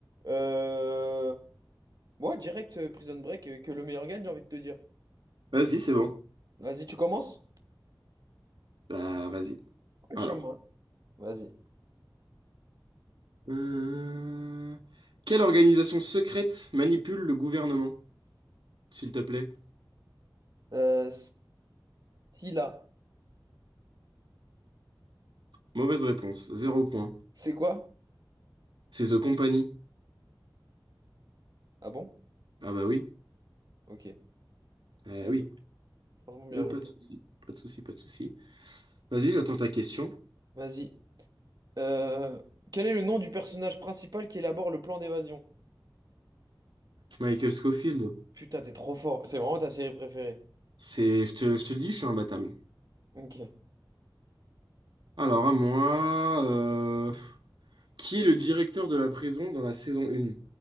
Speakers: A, on the right; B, on the right.
A: Euh... Moi, direct euh, Prison Break, euh, que le meilleur gagne, j'ai envie de te dire.
B: Vas-y, c'est bon.
A: Vas-y, tu commences?
B: Bah, vas-y.
A: Franchement.
B: Alors.
A: Vas-y.
B: Euh, Quelle organisation secrète manipule le gouvernement, s'il te plaît?
A: Euh, Scylla.
B: Mauvaise réponse. Zéro point.
A: C'est quoi?
B: C'est The Company.
A: Ah bon?
B: Ah bah oui.
A: Ok.
B: Eh
A: Bien
B: oui.
A: joué. Franchement, bien
B: Bah,
A: joué.
B: pas de souci. Pas de souci, pas de souci. Vas-y, j'attends ta question.
A: Vas-y. Euh, quel est le nom du personnage principal qui élabore le plan d'évasion?
B: Michael Scofield.
A: Putain, t'es trop fort. C'est vraiment ta série préférée.
B: C'est, je te, je te le dis, je suis imbattable.
A: Ok.
B: Alors, à moi, euh, qui est le directeur de la prison dans la saison 1?